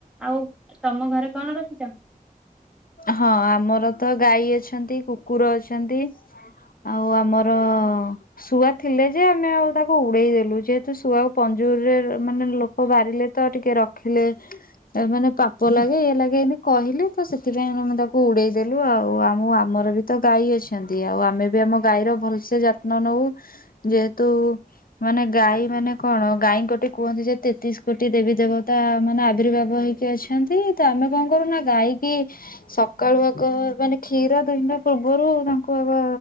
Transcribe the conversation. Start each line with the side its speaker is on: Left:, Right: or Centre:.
Centre: ଆଉ ତମ ଘରେ କଣ ରଖିଛଚ?
Left: ହଁ ଆମର ତ ଗାଈ ଅଛନ୍ତି କୁକୁର ଅଛନ୍ତି ଆଉ ଆମର ଶୁଆ ଥିଲେ ଯେ ଆମେ ଆଉ ତାକୁ ଉଡେଇ ଦେଲୁ ଯେହେତୁ ଶୁଆକୁ ପଞ୍ଜୁରୀରେ ମାନେ ଲୋକ ବାରିଲେ ତ ଟିକେ ରଖିଲେ ମାନେ ପାପ ଲାଗେ ଇଏ ଲାଗେ ଏମିତି କହିଲେ ତ ସେ ଥିପାଇଁ ଆମେ ତାକୁ ଉଡେଇ ଦେଲୁ ଆଉ ଆମ ଆମର ବି ତ ଗାଈ ଅଛନ୍ତି। ଆଉ ଆମେ ବି ଆମ ଗାଈର ଭଲସେ ଯତ୍ନ ନଉ ଯେହେତୁ ମାନେ ଗାଈ ମାନେ କଣ ଗାଈଙ୍କ ଟି କୁହନ୍ତି । ଯେ ତେତିଶ କୋଟି ଦେବୀ ଦେବତା ମାନେ ଆବିର୍ଭାବ ହେଇକି ଅଛନ୍ତି। ତ ଆମେ କଣ କରୁ ନା ଗାଈ କି ସକାଳୁ ଆଗ ମାନେ କ୍ଷୀର ଦୁହିଁଲା ପୂର୍ବରୁ ତାଙ୍କୁ ଆଗ